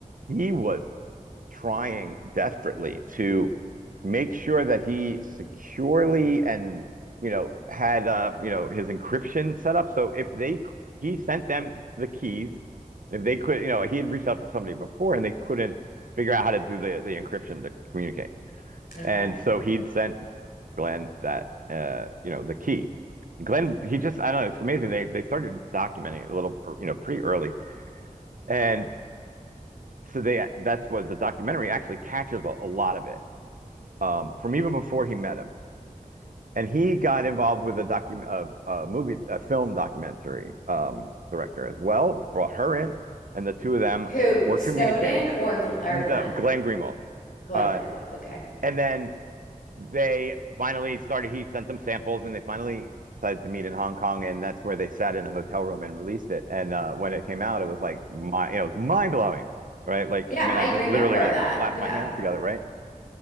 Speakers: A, on the right (about 70°); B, on the left (about 85°).
A: he was trying desperately to make sure that he securely and you know had uh you know his encryption set up. So if they he sent them the keys, if they could, you know, he had reached out to somebody before and they couldn't figure out how to do the the encryption to communicate.
B: Okay.
A: And so he'd sent Glenn that uh you know the key. Glenn, he just I don't know, it's amazing. They they started documenting it a little, you know, pretty early. And so they that's what the documentary actually catches a, a lot of it um, from even before he met him. And he got involved with a document, a, a movie, a film documentary um, director as well. Brought her in, and the two of them
B: Who?
A: were
B: Snowden
A: communicating.
B: or Gl or
A: No,
B: Glenn?
A: Glenn Greenwald,
B: Glenn
A: uh,
B: Greenwald. Okay.
A: and then they finally started. He sent them samples, and they finally decided to meet in Hong Kong, and that's where they sat in a hotel room and released it. And uh, when it came out, it was like my, you know, it was mind blowing, right? Like,
B: Yeah,
A: I mean,
B: I
A: I just
B: remember
A: literally like
B: that.
A: slapped
B: Yeah,
A: my hands together, right?